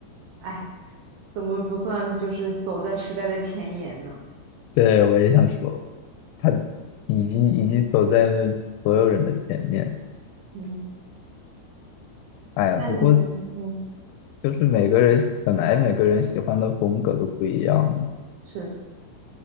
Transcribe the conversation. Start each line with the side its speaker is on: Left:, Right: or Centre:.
Right: 哎，怎么不算就是走在时代的前沿呢？
Left: <laughs> 对，我也想说，他已经已经走在了所有人的前面。
Right: 嗯，
Left: 哎呀，
Right: 那你嗯
Left: 不过就是每个人本来每个人喜欢的风格都不一样嘛
Right: 是